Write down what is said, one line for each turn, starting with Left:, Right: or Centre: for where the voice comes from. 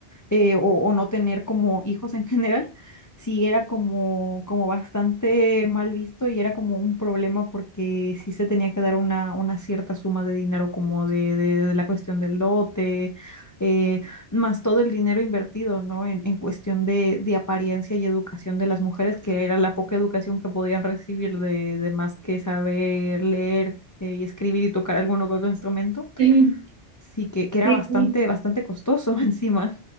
Left: eh, o, o no tener como hijos en <laughs> general, sí era como, como bastante mal visto y era como un problema porque sí se tenía que dar una, una cierta suma de dinero como de, de- de la cuestión del dote, eh, más todo el dinero invertido, ¿no? En, en cuestión de, de apariencia y educación de las mujeres, que era la poca educación que podían recibir de, de más que saber leer. eh, y escribir y tocar alguno que otro instrumento,
Right: Sí,
Left: sí que, que era
Right: sí,
Left: bastante,
Right: sí,
Left: bastante costoso <laughs> encima.